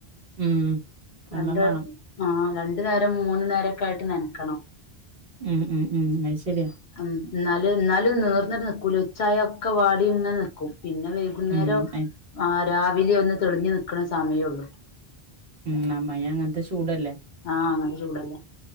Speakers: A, on the right (about 65°); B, on the left (about 85°).
A: ഉം വെള്ളം
B: രണ്ട്
A: വേണം
B: ആഹ് രണ്ടു നേരം മൂന്ന നേരക്കെ ആയിട്ട് നനക്കണം
A: ഉം ഉം ഉം അത് ശര്യ
B: ഉ ന്നാല് ന്നാലും നിവർന്നിട്ട് നിൽക്കൂല ഉച്ചായ ഒക്കെ വാടി ഇങ്ങനിക്കും പിന്നെ വകുന്നേരം
A: ഉം അയ്
B: ആ രാവിലെ ഒന്ന് തെളിഞ്ഞു നിക്കണ സമയുള്ളൂ
A: ഉം അമ്മയ അങ്ങനത്തെ ചൂടല്ലേ
B: ആഹ് അങ്ങനത്തെ ചൂടല്ലേ